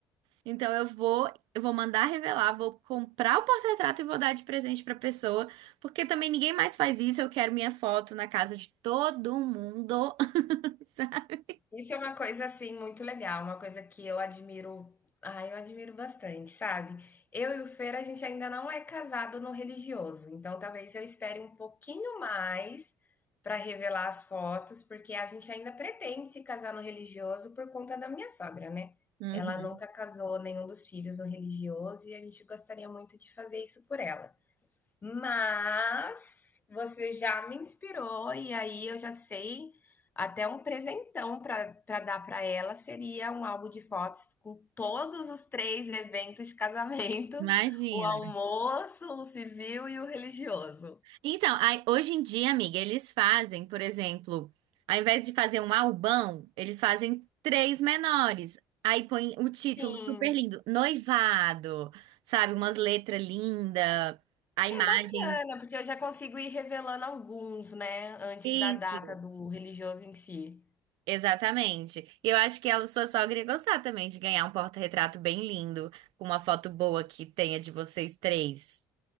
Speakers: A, on the right; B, on the left.
A: Então eu vou, eu vou mandar revelar, vou comprar o porta-retrato e vou dar de presente pra pessoa, porque também ninguém mais faz isso. Eu quero minha foto na casa de todo mundo. <laughs> sabe?
B: Isso é uma coisa assim muito legal, uma coisa que eu admiro, ah, eu admiro bastante, sabe? Eu e o Fer, a gente ainda não é casado no religioso, então talvez eu espere um pouquinho mais para revelar as fotos, porque a gente ainda pretende se casar no religioso por conta da minha sogra, né?
A: Uhum.
B: Ela nunca casou nenhum dos filhos no religioso e a gente gostaria muito de fazer isso por ela. Mas você já me inspirou e aí eu já sei até um presentão para dar para ela seria um álbum de fotos com todos os três eventos de casamento,
A: Imagina.
B: <laughs> o almoço, o civil e o religioso.
A: Então, aí, hoje em dia, amiga, eles fazem, por exemplo, ao invés de fazer um albão, eles fazem três menores. Aí põe o título
B: Sim,
A: super lindo, noivado, sabe? Umas letras lindas, a imagem.
B: é bacana, porque eu já consigo ir revelando alguns, né, antes
A: Isso.
B: da data do religioso em si.
A: Exatamente. E eu acho que ela, sua sogra, ia gostar também de ganhar um porta-retrato bem lindo, com uma foto boa que tenha de vocês três.